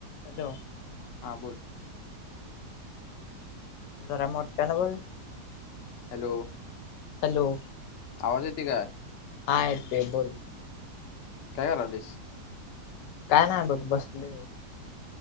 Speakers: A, on the left (about 85°); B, on the left (about 60°).
A: हॅलो
B: हा बोल
A: जरा मोठ्या ना बोल
B: हॅलो
A: हॅलो
B: आवाज येते काय
A: हाय ते बोल
B: काय का रालीस
A: काय नाही बघ बसले